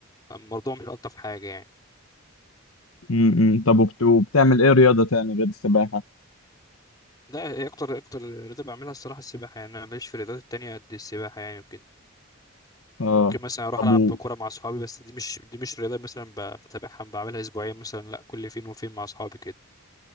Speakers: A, on the left; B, on the left.
A: الموضوع مش الطف حاجه يعني
B: امم طب وبت- وبتعمل ايه رياضه تاني غير السباحه
A: ده هي اكتر اكتر رياضه بعملها الصراحه السباحه يعني انا ماليش في الرياضات التانية قد السباحه يعني وكده
B: اه
A: ممكن مثلا اروح
B: طب
A: العب
B: و...
A: كوره مع اصحابي بس دي مش دي مش رياضه مثلا ب- بتابعها بعملها اسبوعيا مثلا لا كل فين وفين مع اصحابي كده